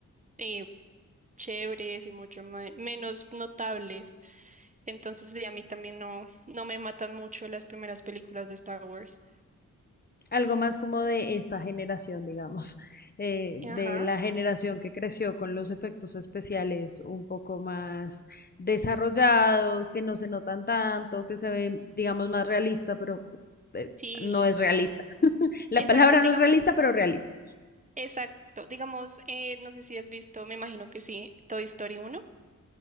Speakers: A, on the right (about 25°); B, on the left (about 30°).
A: eh, chéveres y mucho me- menos notables. Entonces, sí, a mí también no, no me matan mucho las primeras películas de Star Wars.
B: Algo más como de esta generación, digamos, <laughs> eh, de
A: Ajá,
B: la generación que creció con los efectos especiales un poco más desarrollados, que no se notan tanto, que se ven, digamos, más realista, pero pues, eh,
A: sí,
B: no es realista. <laughs> La
A: exacto,
B: palabra
A: digamos,
B: no es realista, pero realista.
A: exacto, digamos, eh, no sé si has visto, me imagino que sí, Toy Story uno